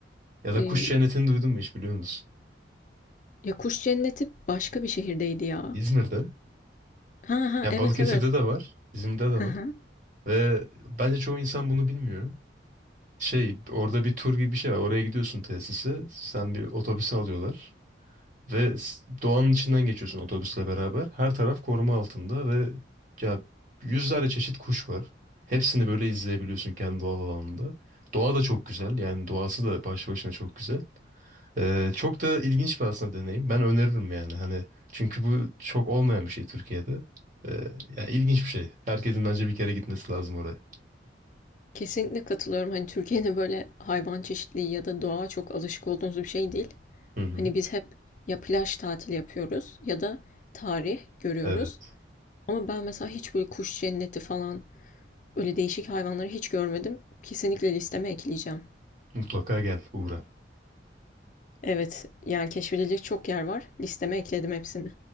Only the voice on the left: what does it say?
Ee,
ya kuş cenneti başka bir şehirdeydi ya.
Ha ha
evet
evet.
Hı
hı.
Kesinlikle katılıyorum. Hani Türkiye'de böyle hayvan çeşitliliği ya da doğa çok alışık olduğumuz bir şey değil.
Hani biz hep ya plaj tatili yapıyoruz ya da tarih görüyoruz.
Ama ben mesela hiç böyle kuş cenneti falan öyle değişik hayvanları hiç görmedim. Kesinlikle listeme ekleyeceğim.
Evet, yani keşfedilecek çok yer var. Listeme ekledim hepsini.